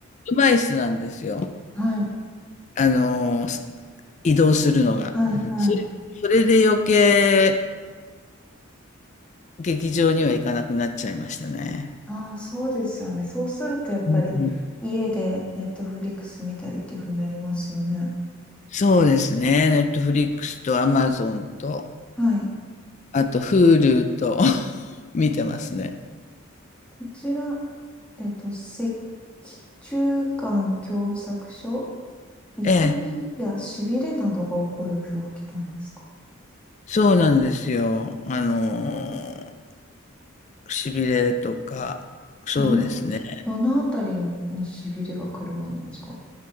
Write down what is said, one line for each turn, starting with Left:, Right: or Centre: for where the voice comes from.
Left: 車椅子なんですよ。
Centre: はい。
Left: あの、移動するのが。
Centre: はい。はい。
Left: それ、それで余計、劇場には行かなくなっちゃいましたね。
Centre: ああ、そうですよね。そうするとやっぱり家でネットフリックス見たりっていうふうになりますよね。
Left: うんそうですね。ネットフリックスとアマゾンと。
Centre: はい。
Left: あと、Hulu と <laughs> 見てますね。
Centre: こちら、えっと、赤中間狭窄症、痛みやしびれなどが起こる病気なんですか
Left: ええ、そうなんですよ。あのー、しびれとか、そうですね。
Centre: どんな、どのあたりにしびれが来るものなんですか